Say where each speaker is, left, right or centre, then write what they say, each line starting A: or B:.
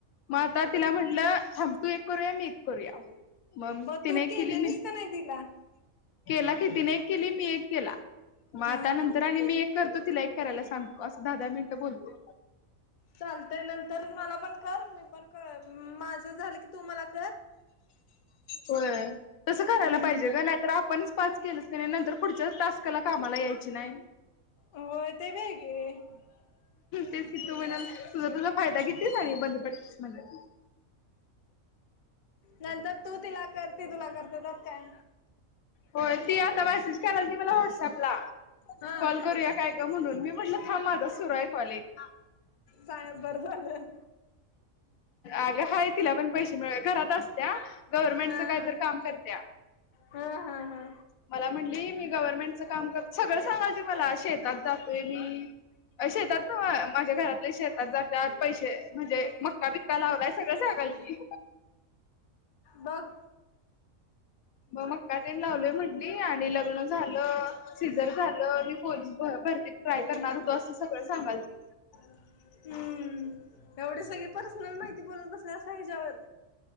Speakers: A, on the left; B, on the left.
A: मग आता तिला म्हटलं थांब तू एक करूया मी एक करूया मग तीन
B: तू
A: एक
B: केलेलीस
A: केली मी
B: का नाही तिला
A: केला कि तीने एक केली मी एक केला मग आता
B: हा
A: नंतर
B: हा
A: आणि मी एक करतो तिला एक करायला सांगतो असं एक दहा, दहा मिनिटं बोलतो.
B: चालतय नंतर मला पण कर मी पण कर माझं झालं की तू मला कर
A: होय तस करायला
B: हम्म
A: पाहिजे ग नाहीतर आपण पाच केलं का नाही नंतर पुढच्या टास्काला कामाला यायची नाही.
B: होय ते पण आहे की
A: तेच कि तू म्हणल तुझा तुझा फायदा घेतीच आहे आणि बंद पडतीस म्हणल
B: नंतर तू तिला करते तुला करते त्यात काय?
A: होय ती आता मेसेज करालती मला व्हॉटसअपला
B: हा
A: कॉल करूया काय म्हणून मी म्हटलं हा माझा सुरु आहे कॉल एक
B: बाई बर झालं
A: अग हाय तिला पण पैसे मिळवायला घरात अस गव्हर्मेंट
B: हा
A: कायतर
B: हा
A: काम करतील.
B: हा हा हा.
A: मला म्हणली मी गव्हर्नमेंटचं काम कर सगळं सांगालती मला शेतात जातोय मी शेतात नव्ह माझ्या घरातले शेतात जात्यात पैसे म्हणजे मक्का बिक्का लावलाय सगळं सांगालती.
B: बघ
A: मग मक्का तेन लावलोय म्हणली आणि लग्न झालं, सिजर झालं मी पोलीस भरतीत ट्राय करणार होतो असं सगळं सांगालती
B: हं एवढी सगळी पर्सनल माहिती बोलत बसलासा अस ह्याच्यावर